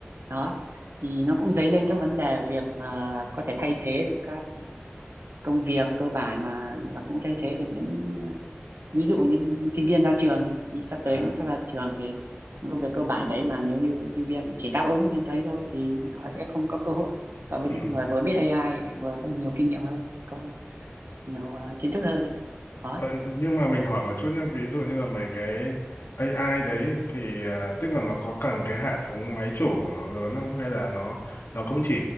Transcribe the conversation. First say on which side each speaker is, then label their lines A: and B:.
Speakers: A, on the right (about 65°); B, on the left (about 70°).
A: Đó. Thì nó cũng dấy lên các vấn đề về việc à, có thể thay thế được các công việc cơ bản mà và cũng thay thế được những à, ví dụ như sinh viên ra trường ý, thì sắp tới
B: à,
A: em cũng sắp ra trường thì những công việc cơ bản đấy mà nếu như sinh viên chỉ đáp ứng đến đấy thôi thì họ sẽ không có cơ hội so với
B: ừ.
A: những người vừa biết AI vừa có nhiều kinh nghiệm hơn có nhiều à, kiến thức hơn đấy đó
B: Ờ, nhưng mà mình hỏi một chút nhé, ví dụ như là mấy cái AI đấy thì ờ, tức là nó có cần cái hệ thống máy chủ của nó lớn không hay là nó nó cũng chỉ